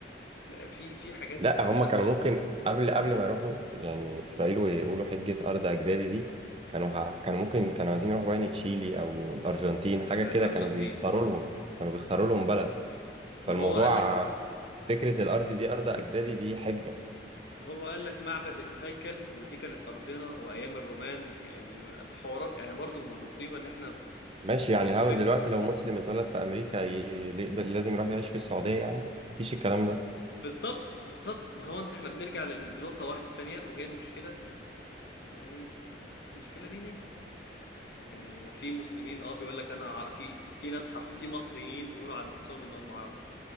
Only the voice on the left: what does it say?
في في حاجات
في
للاسف
الارجنتين
ما هو قال لك
هو قال لك معبد الهيكل ودي كانت ارضنا وايام الرومان يعني حوارات يعني برضو مصيبه ان احنا
الفكره
بالظبط بالظبط ما هو ان احنا بنرجع لل- لنقطه واحده تانية وهي المشكله يعني مشكلة دينية يعني في مسلمين اه بيقول لك انا ع- في في ناس حر... في مصريين بيقولوا عن نفسهم ان هم عرب